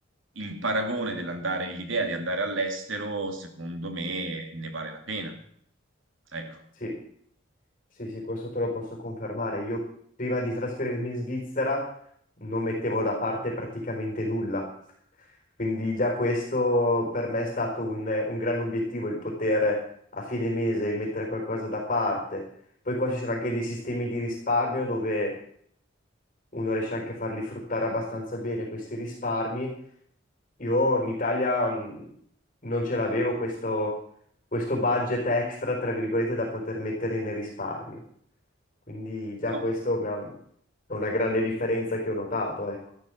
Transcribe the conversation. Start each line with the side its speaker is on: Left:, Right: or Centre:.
Right: il paragone dell'andare, l'idea di andare all'estero, secondo me, ne vale la pena. Ecco.
Left: sì. Sì, sì, questo te lo posso confermare. Io prima di trasferirmi in Svizzera non mettevo da parte praticamente nulla. Quindi già questo per me è stato un, un gran obiettivo, il poter a fine mese mettere qualcosa da parte. Poi qua ci sono anche dei sistemi di risparmio dove uno riesce anche a farli fruttare abbastanza bene questi risparmi. Io in Italia mh, non ce l'avevo questo, questo budget extra, tra virgolette, da poter mettere nel risparmio. Quindi già
Right: No.
Left: questo mi ha- è una grande differenza che ho notato, ecco.